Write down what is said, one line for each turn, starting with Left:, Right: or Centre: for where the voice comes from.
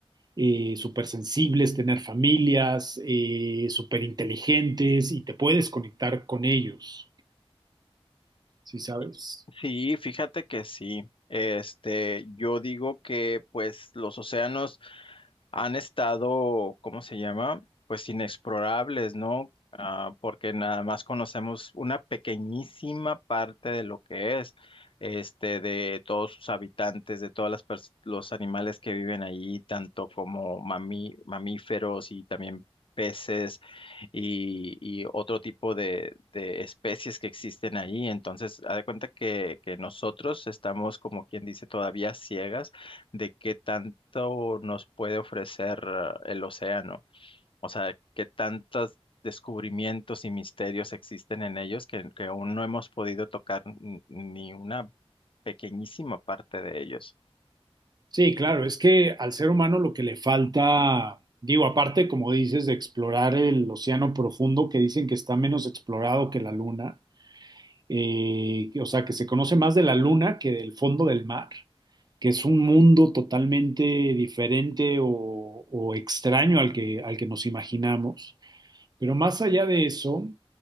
Right: eh, súper sensibles, tener familias, eh, súper inteligentes y te puedes conectar con ellos, ¿sí sabes?
Left: Sí, sí, fíjate que sí. Este, yo digo que pues los océanos han estado, ¿cómo se llama? Pues inexplorables, ¿no? Ah, porque nada más conocemos una pequeñísima parte de lo que es, este, de todos sus habitantes, de todas las pers- los animales que viven allí, tanto como mami- mamíferos y también peces y, y otro tipo de, de especies que existen ahí. Entonces, haz de cuenta que, que nosotros estamos, como quien dice, todavía ciegas de qué tanto nos puede ofrecer eh, el océano. O sea, qué tantos descubrimientos y misterios existen en ellos que, que aún no hemos podido tocar n- ni una pequeñísima parte de ellos.
Right: Sí, claro, es que al ser humano lo que le falta, digo, aparte, como dices, de explorar el océano profundo, que dicen que está menos explorado que la luna, eh, o sea, que se conoce más de la luna que del fondo del mar, que es un mundo totalmente diferente o, o extraño al que, al que nos imaginamos. Pero más allá de eso,